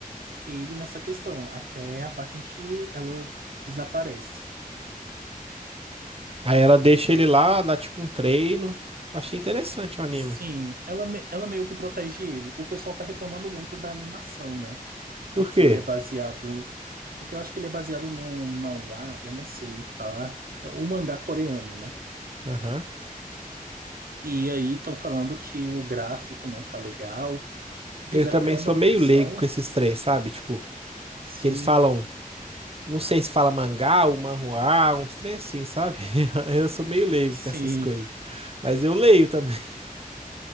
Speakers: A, on the right; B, on the right.
A: ele nessa questão, até a parte em que ela desaparece.
B: Aí ela deixa ele lá, dá tipo um treino. Achei interessante o anime.
A: Sim, ela, me- ela meio que protege ele. O pessoal tá reclamando muito da animação, né? Porque
B: Por quê?
A: ele é baseado. Porque eu acho que ele é baseado num manhwa, eu não sei falar, o mangá coreano, né?
B: Aham.
A: E aí estão falando que o gráfico não tá legal. Fizeram
B: Eu também
A: até uma
B: sou meio
A: petição.
B: leigo com esses três, sabe? Tipo,
A: Sim,
B: que eles falam, não sei se fala mangá ou manhua, uns três assim, sabe? <laughs> Eu sou meio leigo
A: sim.
B: com essas coisas. Mas eu leio também. <laughs>